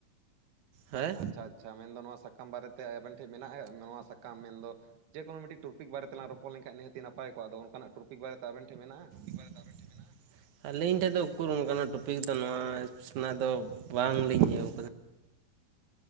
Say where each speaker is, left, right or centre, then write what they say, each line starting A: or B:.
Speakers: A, on the right (about 65°); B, on the right (about 80°).
A: ᱦᱮᱸ
B: ᱟᱪᱪᱷᱟ ᱟᱪᱪᱷᱟ ᱢᱮᱱ ᱫᱚ ᱱᱚᱣᱟ ᱥᱟᱠᱟᱢ ᱵᱟᱨᱮ ᱛᱮ ᱟᱵᱮᱱ ᱴᱷᱮᱱ ᱢᱮᱱᱟᱜ-ᱟ ᱱᱚᱣᱟ ᱥᱟᱠᱟᱢ ᱢᱮᱱ ᱫᱚ ᱡᱮ ᱠᱳᱱᱳ ᱢᱤᱫᱴᱤᱡ ᱴᱚᱯᱤᱠ ᱵᱟᱨᱮ ᱛᱮᱞᱟᱝ ᱨᱚᱯᱚᱲ ᱞᱮᱠᱷᱟᱡ ᱱᱤᱦᱟᱹᱛᱤ ᱱᱟᱯᱟᱭ ᱠᱚᱜ-ᱟ, ᱟᱫᱚ ᱚᱱᱠᱟᱱᱟᱜ ᱴᱚᱯᱤᱠ ᱵᱟᱨᱮᱛᱮ ᱟᱵᱤᱱ ᱴᱷᱮᱡ ᱢᱮᱱᱟᱜ-ᱟ?
A: ᱵᱟᱨᱮ ᱛᱮ ᱟᱵᱮᱱ ᱴᱮᱱ ᱢᱮᱱᱟᱜ-ᱟ? ᱟᱹᱞᱤᱧ ᱴᱷᱮᱱ ᱫᱚ ᱩᱠᱩᱨ ᱚᱱᱠᱟᱱᱟᱜ ᱴᱚᱯᱤᱠ ᱫᱚ ᱱᱚᱣᱟ ᱥᱮᱱᱟᱜ ᱫᱚ ᱵᱟᱝ ᱞᱤᱧ ᱤᱭᱟᱹ ᱠᱟᱫᱟ᱾